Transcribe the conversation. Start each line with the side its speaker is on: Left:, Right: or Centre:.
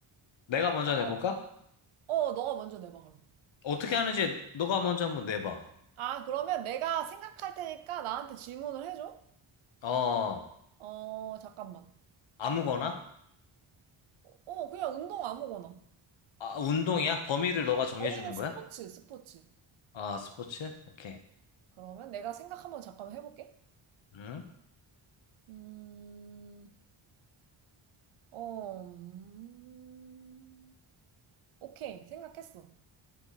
Left: 내가 먼저
Right: 아, 아.
Left: 내볼까?
Right: 어, 너가 먼저 내봐, 그럼.
Left: 어떻게 하는지 너가 먼저 한번 내봐.
Right: 아, 그러면 내가 생각할 테니까 나한테 질문을 해줘?
Left: 어,
Right: 어, 잠깐만.
Left: 아무거나?
Right: 어, 그냥 운동 아무거나.
Left: 아, 운동이야? 범위를 너가 정해주는
Right: 범위는 스포츠,
Left: 거야?
Right: 스포츠.
Left: 아, 스포츠? 오케이.
Right: 어. 그러면 내가 생각 한번 잠깐 해볼게.
Left: 응?
Right: 음, 어, 음, 오케이. 생각했어.